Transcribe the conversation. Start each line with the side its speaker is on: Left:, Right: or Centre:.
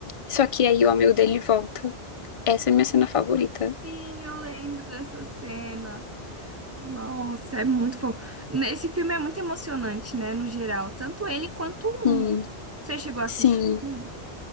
Left: Só que aí o amigo dele volta. Essa é a minha cena favorita.
Right: Sim, eu lembro dessa cena. Nossa, é muito fofo. Esse filme é muito emocionante, né? No geral, tanto ele quanto o
Left: Sim,
Right: um. Você chegou a
Left: sim.
Right: assistir um?